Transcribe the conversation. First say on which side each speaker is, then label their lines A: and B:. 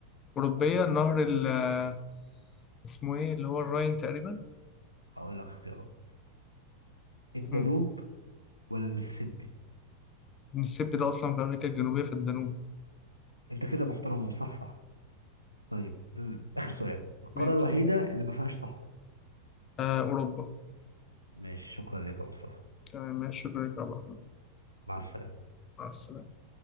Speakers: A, on the left; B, on the left.
A: أوروبية نهر ال آه، اسمه ايه اللي هو الراين تقريبا
B: هقول لك اختيارات الدانوب
A: مم.
B: ولا المسيسيبي
A: المسيسيبي ده أصلا في أمريكا الجنوبية في الجنوب
B: انت كده محترم ومصحصح طيب ال- اخر سؤال القاره
A: ماشي
B: الوحيده اللي ما فيهاش صحراء
A: آه أوروبا
B: ماشي شكرا لك يا مصطفى
A: تمام ماشي شكرا لك يا عبد الرحمن
B: مع السلامة
A: مع السلامة